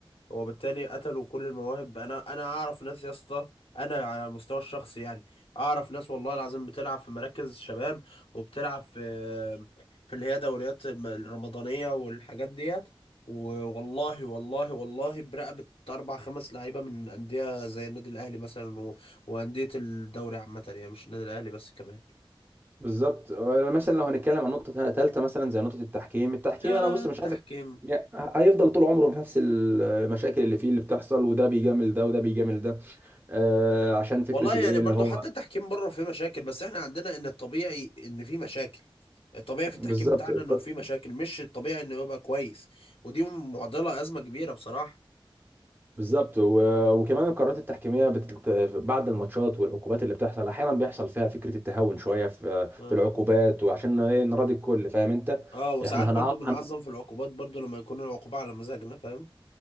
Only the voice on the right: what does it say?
بالظبط آه، مثلا لو هنتكلم عن نقطه ثالثه مثلا زي نقطه التحكيم التحكيم
انا بص
مش عايز أك- يعني هيفضل طول عمره في نفس المشاكل اللي فيه اللي بتحصل وده بيجامل ده وده بيجامل ده آه عشان فكره
الايه
اللي هو
بالظبط
الت-
بالظبط و... وكمان القرارات التحكيميه بتلت... بعد الماتشات والعقوبات اللي بتحصل احيانا بيحصل فيها فكره التهاون شويه في
في العقوبات وعشان ايه نراضي الكل فاهم انت
احنا
هنعاق
هن...